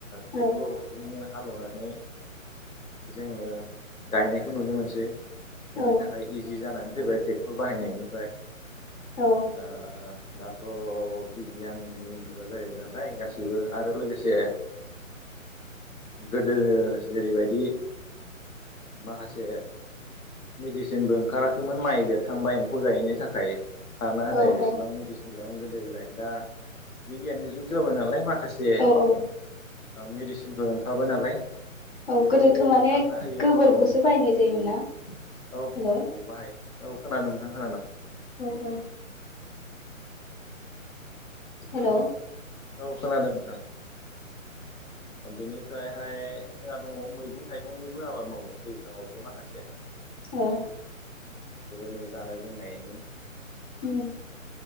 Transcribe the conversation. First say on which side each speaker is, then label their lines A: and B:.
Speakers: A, on the left; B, on the left.
A: ट्रेक्टरजोंनो
B: औ
A: हालेवनानै जोङो गायनायखौ नुनो मोनसै बेनि
B: औ
A: थाखाय इजि जानानै फैबाय ट्रेक्टर बाहायनायनिफ्राय
B: औ
A: ओ दाथ' बिगियाननि मुगा जाहैबाय नालाय गासैबो आरो लोगोसे गोदो जेरैबायदि माखासे मेडिसिनबो ओंखाराखैमोन माइ देरखांबा एम्फौ जायैनि थाखाय। सारना होनाय
B: औ
A: एसेबां
B: औ
A: मेडिसिन गैयामोन गोदो गोदाय दा बिगियाननि जुग जाबाय नालाय माखासे। से
B: औ औ
A: मेडिसिनफोर ओंखारबाय नालाय।
B: औ
A: बेफोरखौ
B: गोदोथ माने
A: सारना होयो आरो
B: गोबोर
A: औ
B: खौसो बायनाय जायोमोन ना हेल?
A: औ औ बाहाय औ खोनादों नोंथां खोनादों
B: औ औ। हेलौ
A: हेल औ खोनादों नोंथां। बेनिफ्रायहाय जोंहा दङ मैगं थाइगंनिबो आबाद मावो दैखाङावबो माखासे।
B: औ
A: बेबायदिनो जानाय लोंनायनि।
B: उम